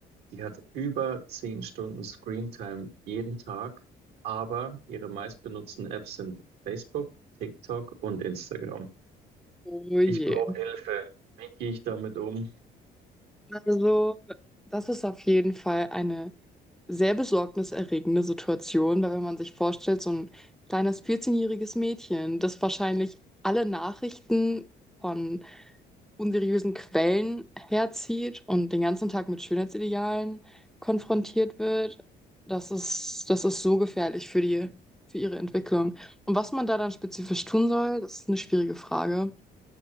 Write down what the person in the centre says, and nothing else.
Oh je.
Also, das ist auf jeden Fall eine sehr besorgniserregende Situation, weil wenn man sich vorstellt, so ein kleines 14-jähriges Mädchen, das wahrscheinlich alle Nachrichten von unseriösen Quellen herzieht und den ganzen Tag mit Schönheitsidealen konfrontiert wird, das ist, das ist so gefährlich für die, für ihre Entwicklung. Und was man da dann spezifisch tun soll, das ist eine schwierige Frage.